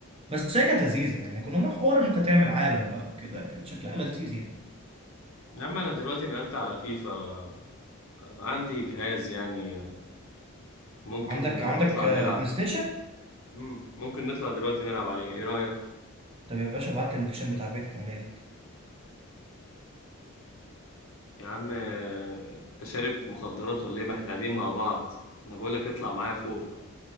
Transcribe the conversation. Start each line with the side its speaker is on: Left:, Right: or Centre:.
Right: بس هي كانت لذيذه يعني كنا بنروح حوار ان انت تعمل عالم بقى وكده كانت شكلها لذيذ يعني
Left: لما انا دلوقتي نقلت على فيفا آه، عندي جهاز يعني آه، ممكن
Right: عندك
Left: آه،
Right: عندك
Left: نطلع
Right: آه،
Left: نلعب
Right: بلاي ستيشن
Left: مم، ممكن نطلع دلوقتي نلعب عليه ايه رأيك
Right: طب يا باشا ابعت لي اللوكيشن بتاع بيتك انا جاي لك
Left: يا عم آه، انت شارب مخدرات ولا ايه ما احنا قاعدين مع بعض انا بقولك اطلع معايا فوق